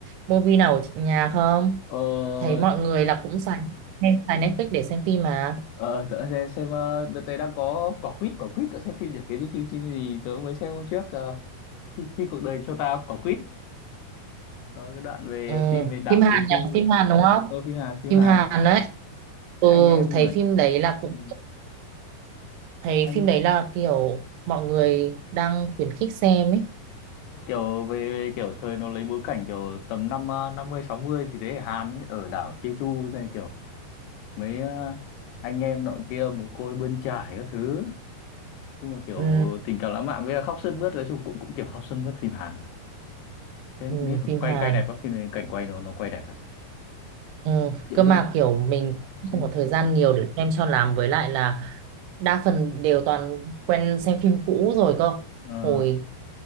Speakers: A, on the right (about 85°); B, on the left (about 80°).
A: movie nào ở nhà không?
B: ờ
A: thấy mọi người là cũng xài hay xài Netflix để xem phim mà
B: ờ tớ xem xem ờ, đợt này đang có quả quýt quả quýt cậu xem phim gì cái gì phim phim gì tớ mới xem hôm trước ờ, khi, khi cuộc đời cho ta quả quýt ờ, cái đoạn về
A: ừ.
B: phim về đảo
A: phim Hàn
B: Jeju
A: nhỉ phim Hàn đúng không
B: ờ phim Hàn phim
A: phim
B: Hàn
A: Hàn đấy ừ
B: Thế anh em
A: thấy
B: ở
A: phim đấy là cũng
B: Ừ.
A: thấy
B: Anh
A: phim đấy là kiểu mọi người đang khuyến khích xem ấy
B: kiểu về, về kiểu thời nó lấy bối cảnh kiểu tầm năm ờ, 50 60 gì đấy ở Hàn ý, ở đảo Jeju này kiểu mấy ờ, anh em nọ kia mồ côi bươn chải các thứ chung là kiểu
A: ừ.
B: tình cảm lãng mạn với là khóc sướt mướt nói chung cũng cũng kiểu khóc sướt mướt phim Hàn mà thế
A: Ừ.
B: mình nghĩ là
A: phim
B: quay
A: Hàn
B: quay đẹp các phim này cảnh quay nó nó quay đẹp thật
A: ừ.
B: diễn
A: cơ
B: viên
A: mà kiểu mình
B: cũng xinh
A: không có thời gian nhiều để xem cho lắm với lại là đa phần đều toàn quen xem phim cũ rồi cơ
B: ờ
A: hồi